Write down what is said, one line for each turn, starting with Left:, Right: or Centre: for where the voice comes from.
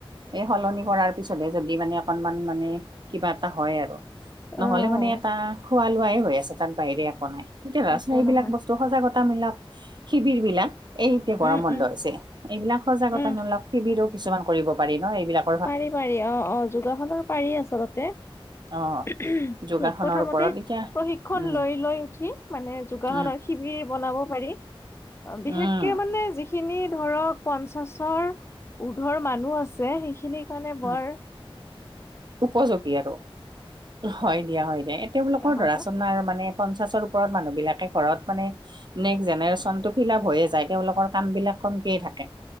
Right: এই সলনি কৰাৰ পিছতহে যদি মানে অকনমান মানে কিবা এটা হয় আৰু
Left: অ',
Right: নহ'লে মানে এটা খোৱা লোৱাই হৈ আছে তাত বাহিৰে একো নাই। এতিয়া ৰাজনে
Left: একো
Right: এইবিলাক
Left: নহয়
Right: বস্ত- সজাগতামূলক শিবিৰ বিলাক এইতে গৰম
Left: উম,
Right: বন্ধ
Left: উম,
Right: হৈছে। এইবিলাক সজাগতামূলক
Left: উম,
Right: টিবিৰো কিছুমান কৰিব পাৰি ন এইবিলাক
Left: পাৰি পাৰি অ অ যোগাসনৰ পাৰি আচলতে।
Right: অ'।
Left: উহুম,
Right: যোগাসনৰ
Left: ঠিক প্ৰথমতে
Right: ওপৰত এতিয়া
Left: প্ৰশিক্ষন
Right: উম,
Left: লৈ লৈ উঠি মানে যোগাসনৰ
Right: উম,
Left: সিবিৰ বনাব পাৰি, আ বিশেষকে
Right: উম,
Left: মানে যি খিনি ধৰক পঞ্চাশৰ উৰ্ধৰ মানুহ আছে সেইখিনিক মানে বৰ
Right: উম, উপযোগী আৰু হয় দিয়া হয় দিয়া এতে বোলকৰ
Left: যোগাসনটো
Right: ৰাচন নাইয়ৰ মানে পঞ্চাশৰ ওপৰত মানুহ বিলাকে ঘৰত মানে নেক্স জেনেৰেচনটো ফিল আপ হৈয়ে যায় তেওঁলোকৰ কাম বিলাক কমকে থাকে।